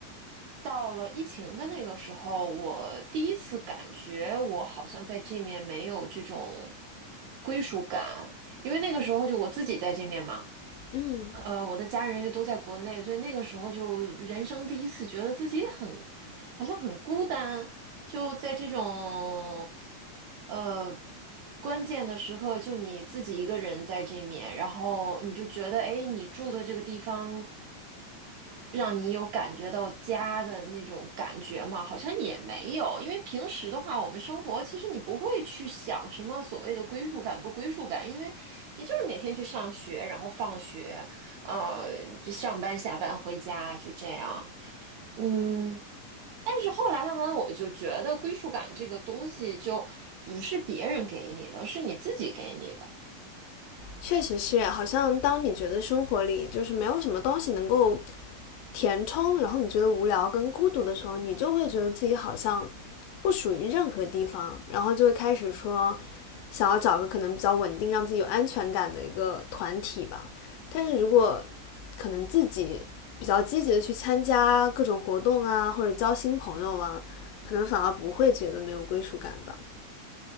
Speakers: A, on the right; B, on the left.
A: 到了疫情的那个时候，我第一次感觉我好像在这面没有这种归属感，因为那个时候就我自己在这面嘛。
B: 嗯
A: 呃，我的家人又都在国内，所以那个时候就人生第一次觉得自己很，好像很孤单，就在这种，呃，关键的时刻，就你自己一个人在这面，然后你就觉得，哎，你住的这个地方，让你有感觉到家的那种感觉吗？好像也没有，因为平时的话，我们生活其实你不会去想什么所谓的归属感不归属感，因为你就是每天去上学，然后放学。呃，就上班、下班、回家，就这样。嗯，但是后来慢慢我就觉得归属感这个东西就不是别人给你的，是你自己给你的。
B: 确实是，好像当你觉得生活里就是没有什么东西能够填充，然后你觉得无聊跟孤独的时候，你就会觉得自己好像不属于任何地方，然后就会开始说想要找个可能比较稳定、让自己有安全感的一个团体吧。但是如果可能自己比较积极的去参加各种活动啊，或者交新朋友啊，可能反而不会觉得没有归属感吧。